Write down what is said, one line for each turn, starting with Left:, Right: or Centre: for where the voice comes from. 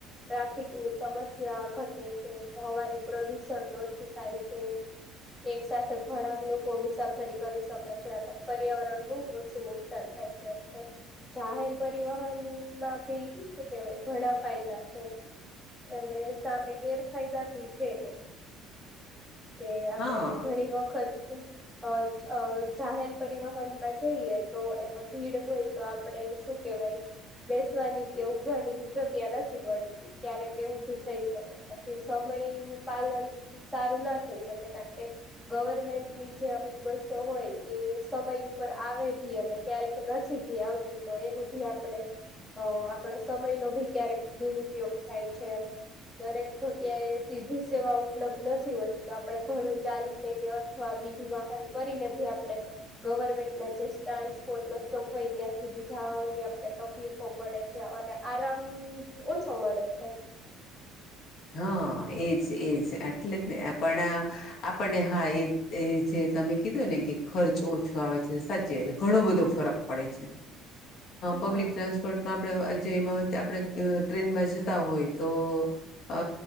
Centre: ટ્રાફિકની સમસ્યા ઘટે છે હવાનું પ્રદુષણ ઓછું થાય છે. એક સાથે ઘણા લોકો મુસાફરી કરી શકે છે પર્યાવરણ નું ઓછું નુકસાન થાય. થ જાય જાહેર પરિવહનમાં ભી. શું કેવાય ઘણા ફાયદા છો અને સામે ગેરફાયદા ભી છે. કે આપડે
Left: હા
Centre: ઘણી વખત. અ જાહેર પરિવહનમાં જઈએ તો એમાં ભીડ હોય તો આપણેે શું કેવાય. બેસવાની કે ઉભવાની બી જગ્યા નથી મળતી ક્યારેકે એવુંભી થઈ શક પછી. ય નું પાલન સારું ના. કારણ કે ગવર્મેન્ટની જે અમુક બસો હોય એ સમય ઉપર આવે ભી. અને ક્યારેક નથી ભી આવતી તો એનું ભી આપડે. હ આપડે સમય નો ભી ક્યારેક દુરુપયોગ થાય છે. દરેક જગ્યાએ સીધી સેવા ઉપલબ્ધ નથી હોતી તો. આપડણે ઘણું ચાલીને કે અથવા બીજું વાહન કરીને ભી આપડે. ગવર્મેન્ટના જે સ્ટાન્સપોર્ટ ન સ્ટોપ હોય ત્યાં સુધી જવાની આપણે તકલીફો પડે છે. અને આરામ ઓછો મળે છે.
Left: હા એજ. એ એટલે જ ને પણ આ આપણને હા એ જે તમે કીધું ને કે ખર્ચ ઓછું આવે છે સાચે ઘણો બધો ફરક પડે છે પબ્લિક
Centre: હા
Left: ટ્રાન્સપોર્ટમાં. આપ જે એમાં આપણે ટ્રેનમાં જતા હોય તો. અ